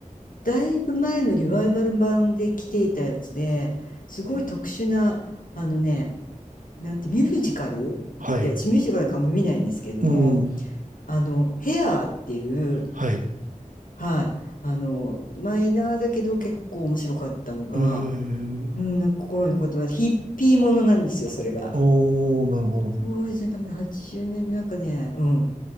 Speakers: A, on the left; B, on the right.
A: だいぶ前のリバイバル版で来ていたやつですごい特殊なあのねなんてミュージカルで私ミュージカルかんま見ないんですけれども
B: はい。うん。
A: あのヘアーっていう
B: はい。え
A: はいあのマイナーだけど結構面白かったのが、
B: ー。
A: うん、なんか心に残ってますヒッピーものなんですよそれが。
B: おー、なるほど。
A: 当時の多分80年なんかねうん